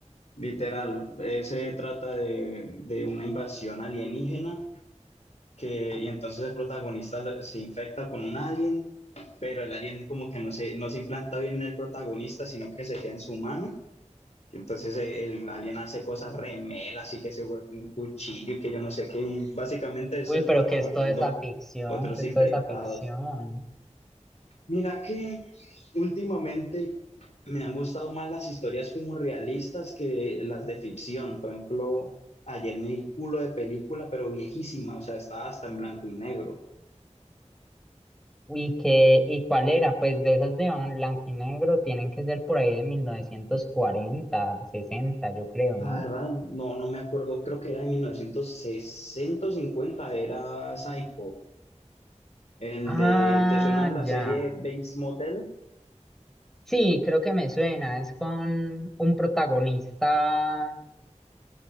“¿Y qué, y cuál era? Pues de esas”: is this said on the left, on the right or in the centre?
Centre